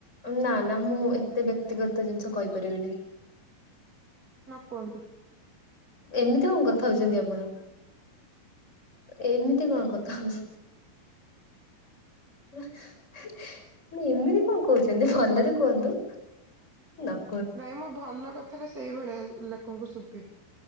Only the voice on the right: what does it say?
ନ କୁହନ୍ତୁ।
ନାଇଁମ ଭଲ କଥାରା ସେଇଭଳିଆ ଲୋକଙ୍କୁ ଶୁଭେ।